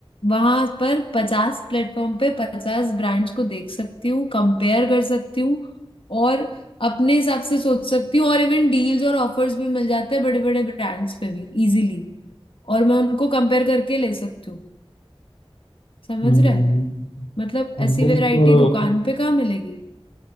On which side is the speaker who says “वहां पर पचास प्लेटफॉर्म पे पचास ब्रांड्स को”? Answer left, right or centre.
Left